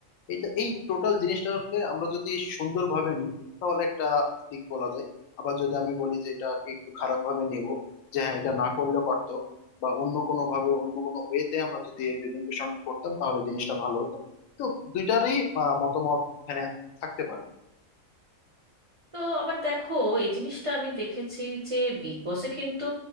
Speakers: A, on the left; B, on the right.
A: এই তো এই টোটাল জিনিসটাকে আমরা যদি সুন্দরভাবে নিই তাহলে একটা দিক বলা যায় আবার যদি আমি বলি যে এটাকে একটু খারাপ ভাবে নিব যে হ্যাঁ এটা না করলেও পারতো বা অন্য কোনো ভাবে অন্য কোনো ওয়েতে আমরা যদি প্রেজেন্টেশনটা করতাম তাহলে জিনিসটা ভালো হতো তো দুইটারই আহ, মতামত এখানে থাকতে পারে
B: তো আবার দেখো এই জিনিসটা আমি দেখেছি যে বিগ বসে কিন্তু